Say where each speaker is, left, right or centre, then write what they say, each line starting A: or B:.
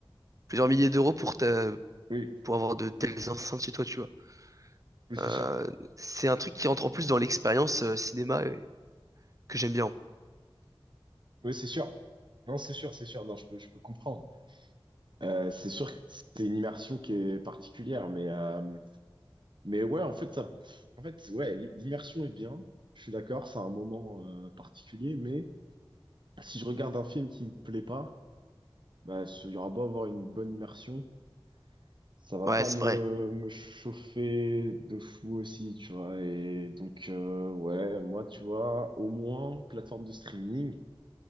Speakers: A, on the right; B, on the right.
A: plusieurs milliers d'euros pour, ta-
B: oui,
A: pour avoir de telles enceintes chez toi, tu vois.
B: oui, c'est
A: Euh,
B: sûr.
A: c'est un truc qui rentre en plus dans l'expérience euh, cinéma euh, que j'aime bien.
B: Oui, c'est sûr. Non, c'est sûr, c'est sûr. Non, je peux, je peux comprendre. Euh, c'est sûr que c'est une immersion qui est particulière, mais, euh, mais ouais, en fait, ça, en fait, ouais, l'i- l'immersion est bien. Je suis d'accord, c'est un moment euh, particulier, mais si je regarde un film qui me plaît pas, bah, ce- il y aura beau avoir une bonne immersion, ça va
A: Ouais,
B: pas
A: c'est
B: me,
A: vrai.
B: me chauffer de fou aussi, tu vois. Et donc, euh, ouais, moi, tu vois, au moins, plateforme de streaming,